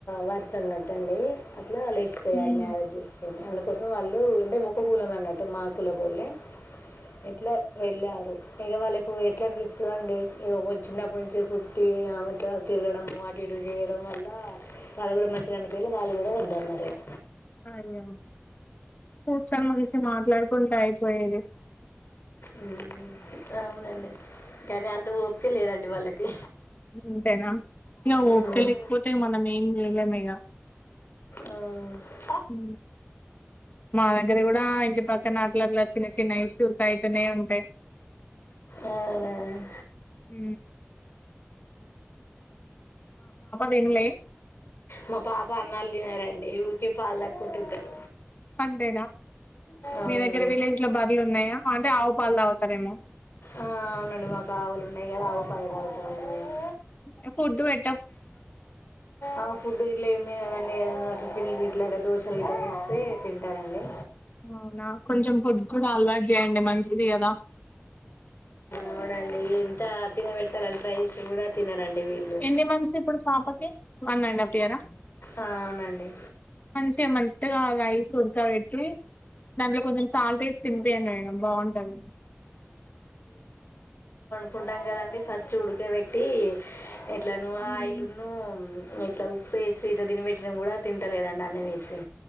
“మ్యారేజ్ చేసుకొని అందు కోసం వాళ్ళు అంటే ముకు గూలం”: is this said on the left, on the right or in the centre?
Left